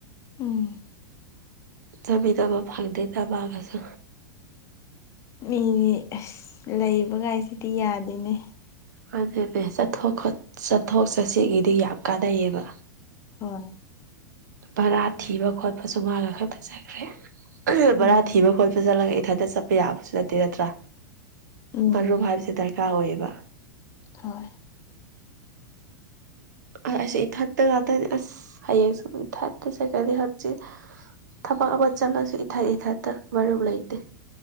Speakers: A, on the left; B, on the right.
A: ꯎꯝ
B: ꯆꯠꯃꯤꯟꯅꯕ ꯐꯪꯗꯦꯗ ꯃꯥꯒꯁꯨ
A: ꯃꯤꯗꯤ ꯑꯁ ꯂꯩꯕ ꯒꯥꯏꯁꯤꯗꯤ ꯌꯥꯗꯦꯅꯦ
B: ꯃꯥꯟꯅꯦꯃꯤ ꯆꯠꯊꯣꯛ ꯈꯣꯠ ꯆꯠꯊꯣꯛ ꯆꯠꯁꯤꯟꯒꯤꯗꯤ ꯌꯥꯝ ꯀꯥꯟꯅꯩꯌꯦꯕ
A: ꯍꯣꯏ
B: ꯚꯥꯔꯥ ꯊꯤꯕ ꯈꯣꯠꯄꯁꯨ ꯃꯒꯥꯈꯛꯇ ꯆꯠꯈ꯭ꯔꯦ
A: ꯎꯝ
B: ꯚꯥꯔꯥ ꯊꯤꯕ ꯈꯣꯠ ꯆꯠꯂꯒꯥ ꯏꯊꯟꯇ ꯆꯠꯄ ꯌꯥꯕꯁꯨ ꯅꯠꯇꯦ ꯅꯠꯇ꯭ꯔꯥ
A: ꯎꯝ
B: ꯃꯔꯨꯞ ꯍꯥꯏꯕꯁꯦ ꯗꯔꯀꯥꯔ ꯑꯣꯏꯌꯦꯕ
A: ꯍꯣꯏ
B: ꯑꯥ ꯑꯩꯁꯦ ꯏꯊꯟꯇ ꯉꯥꯛꯇꯅꯤ ꯑꯁ ꯍꯌꯦꯡꯁꯨ ꯏꯊꯟꯇ ꯆꯀꯅꯤ ꯍꯪꯆꯤꯠ ꯊꯕꯛ ꯑꯃ ꯆꯠꯂꯁꯨ ꯏꯊꯟ ꯏꯊꯟꯇꯥ ꯃꯔꯨꯞ ꯂꯩꯇꯦ